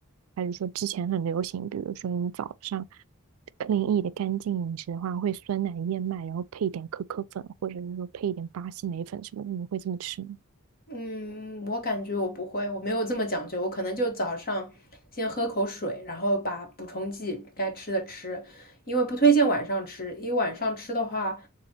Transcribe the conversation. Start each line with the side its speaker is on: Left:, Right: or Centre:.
Right: 还是说之前很流行，比如说你早上 clean e 的干净饮食的话，会酸奶燕麦，然后配一点可可粉，或者是说配一点巴西莓粉什么的，你会这么吃吗？
Left: 嗯，我感觉我不会，我没有这么讲究，我可能就早上先喝口水，然后把补充剂该吃的吃，因为不推荐晚上吃，因为晚上吃的话，